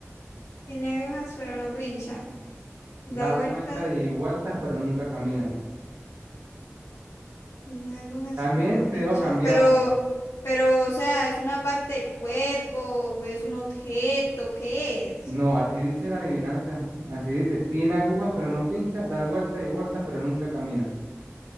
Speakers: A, on the left; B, on the right.
A: Tiene agujas pero no pincha. Da
B: Da vueltas
A: vueltas,
B: y vueltas, pero nunca camina.
A: tiene agujas
B: También
A: pero no
B: te
A: pincha.
B: dejo cambiarla.
A: Pero, pero, o sea, ¿es una parte del cuerpo o es un objeto? ¿Qué es?
B: No, así dice la adivinanza. Así dice, tiene agujas, pero no pincha. Da vueltas y vueltas, pero nunca camina.